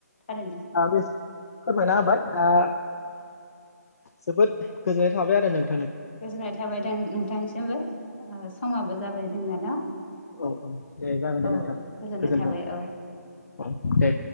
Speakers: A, on the left (about 40°); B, on the left (about 60°).
A: थारैनो
B: फोरमायना होबाय आह जोबोद गोजोननाय थाबाय आरो नों
A: गोजोननाय थाबाय दा नोंथांसिमबो समाबो जाबाय जोंना न
B: औ औ दे जागोन दे
A: औ
B: नोंथां
A: गोजोननाय
B: गोजोन्थों
A: थाबाय औ
B: औ दे